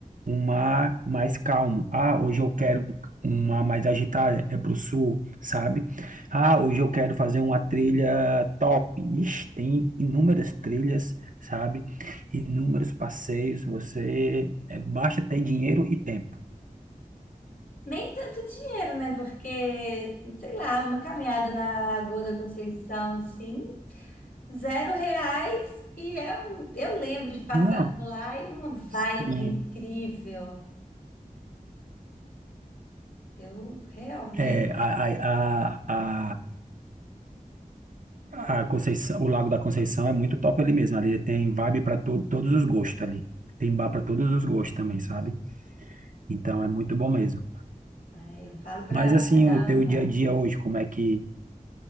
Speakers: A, on the right; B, on the left.
A: um mar mais calmo. Ah, hoje eu quero um mar mais agitada, é pro sul, sabe? Ah, hoje eu quero fazer uma trilha top. Ixi, tem inúmeras trilhas, sabe? Inúmeros passeios, você é, basta ter dinheiro e tempo.
B: Nem tanto dinheiro, né? Porque, sei lá, uma caminhada na Lagoa da Conceição, assim, zero reais e é um... eu lembro de passar
A: Não,
B: por lá e é uma vibe
A: sim.
B: incrível. Eu realmente,
A: É, a, a, a, a, a Conceição, o Lago da Conceição é muito top ali mesmo. Ali tem vibe para todos os gostos ali. Tem bar para todos os gostos também, sabe? Então é muito bom mesmo.
B: é, eu falo para
A: Mas assim,
B: dar.
A: o teu dia a dia hoje, como é que,